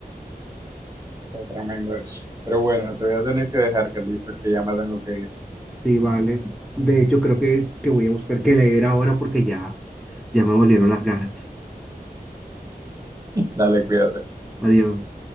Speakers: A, on the right; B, in the centre.
A: está tremendo eso. Pero bueno, te voy a tener que dejar, Carlitos, que ya me tengo que ir.
B: Sí, vale. De hecho, creo que, que voy a buscar qué leer ahora porque ya, ya me volvieron las ganas.
A: Dale, cuídate.
B: Adiós.